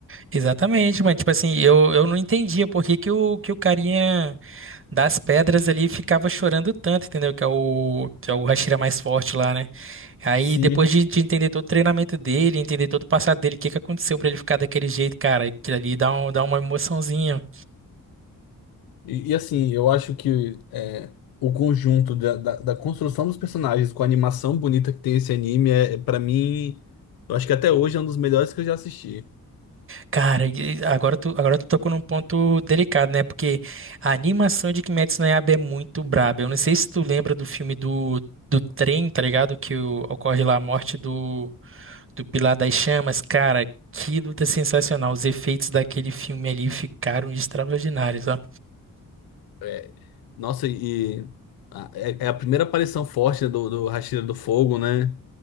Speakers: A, on the right (about 35°); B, on the left (about 85°).
A: Exatamente, mas tipo assim, eu, eu não entendia por que que o, que o carinha das pedras ali ficava chorando tanto, entendeu? Que é o, que é o Hashira mais forte lá, né? Aí
B: Sim.
A: depois de, de entender todo o treinamento dele, entender todo o passado dele, o que que aconteceu pra ele ficar daquele jeito, cara, aquilo ali dá, um, dá uma emoçãozinha,
B: E, e, assim, eu acho que é, o conjunto da, da, da construção dos personagens com a animação bonita que tem esse anime, é, é, para mim, eu acho que até hoje é um dos melhores que eu já assisti.
A: Cara, e agora tu, agora tu tocou num ponto delicado, né? Porque a animação de Kimetsu no Yaiba é muito braba. Eu não sei se tu lembra do filme do, do trem, tá ligado? Que o- ocorre lá a morte do, do Pilar das Chamas. Cara, que luta sensacional. Os efeitos daquele filme ali ficaram extraordinários, ó.
B: É, nossa, e a- é, é a primeira aparição forte, né, do, do Hashira do Fogo, né?